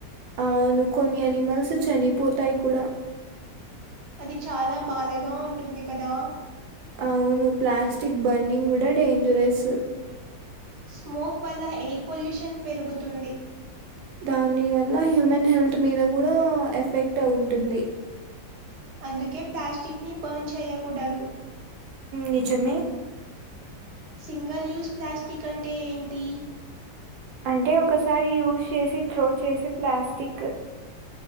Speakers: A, on the right; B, on the right.
A: అవును కొన్ని యానిమల్స్ చనిపోతాయి కూడా
B: అది చాలా బాధగా ఉంటుంది కదా
A: అవును ప్లాస్టిక్ బర్నింగ్ కూడా డేంజరస్
B: స్మోక్ వల్ల ఎయిర్ పొల్యూషన్ పెరుగుతుంది
A: దాని వల్ల హ్యూమన్ హెల్త్ మీద కూడా ఎఫెక్ట్ ఉంటుంది
B: అందుకే ప్లాస్టిక్ని బర్న్ చేయ్యకూడదు
A: నిజమే
B: సింగల్ యూస్ ప్లాస్టిక్ అంటే ఏంటి
A: అంటే ఒకసారి యూజ్ చేసి త్రో చేసే plastic